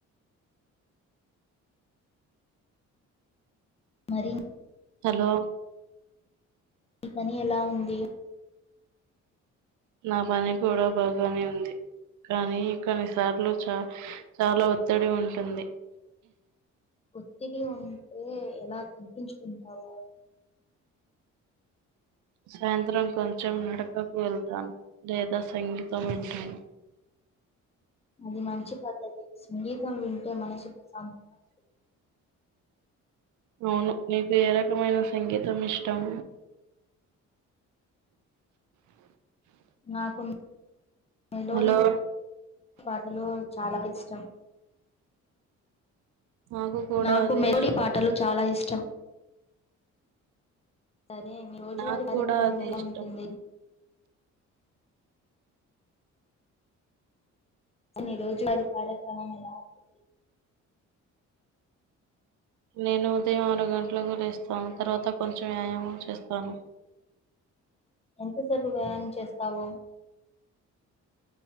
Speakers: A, on the left; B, on the right.
A: మరి
B: హలో
A: నీ పని ఎలా ఉంది
B: నా పని కూడా బాగానే ఉంది కానీ కొన్నిసార్లు చా చాలా ఒత్తిడి ఉంటుంది
A: ఒత్తిడి ఉంటే ఎలా తగ్గించుకుంటావు
B: సాయంత్రం కొంచెం నడకకు వెళ్తాను లేదా సంగీతం వింటాను
A: అది మంచి పద్ధతి సంగీతం వింటే మనసు ప్రశాంతంగా ఉంటుంది
B: అవును నీకు ఏ రకమైన సంగీతం ఇష్టం
A: నాకు మెలోడి
B: హలో
A: పాటలు చాలా ఇష్టం
B: నాకు కూడా
A: నాకు
B: అదే
A: మెలోడీ
B: ఇష్టం
A: పాటలు చాలా ఇష్ టమ్ సరే రోజువారి
B: నాకు
A: కార్యక్రమం
B: కూడా అదే
A: ఎలా
B: ఇష్టం
A: ఉంటుంది నీ రోజువారిీ కార్యక్రమం ఎలాఉంది
B: నేను ఉదయం ఆరు గంటలకు లేస్తాను తర్వాత కొంచెం వ్యాయామం చేస్తాను
A: ఎంత సేపు వ్యాయాయం చేస్తాఓ